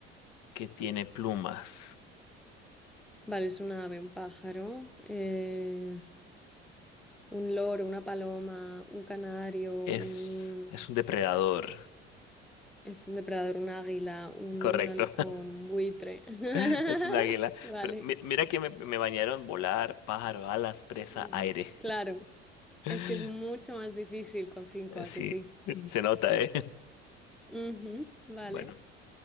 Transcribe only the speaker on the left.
que tiene plumas.
Es, es un depredador.
Correcto,
<laughs> es un águila.
Pero mi- mira que me, me bañaron volar, pájaro, alas, presa,
aire.
<laughs>
Sí,
se nota, ¿eh? <laughs>
Bueno,